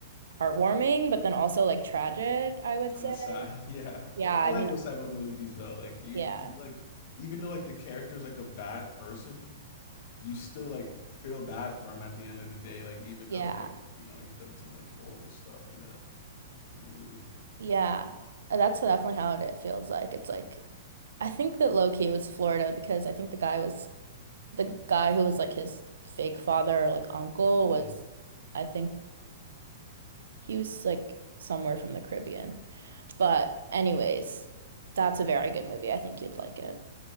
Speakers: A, on the right; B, on the left.
A: heartwarming, but then also like tragic, I would
B: Kind
A: say.
B: of sad. <laughs> Yeah.
A: Yeah, I
B: I like
A: mean,
B: those type of movies though. Like you
A: yeah,
B: you like even though like the character's like a bad person, you still like feel bad for him at the end of the day, like even
A: yeah,
B: though like, you know, he's done some like horrible stuff in the in the movie.
A: yeah. That's definitely how it feels like. It's like I think that low key it was Florida because I think the guy was the guy who was like his fake father or like uncle
B: hmm
A: was I think He was like somewhere from the Caribbean. But anyways, that's a very good movie. I think you'd like it.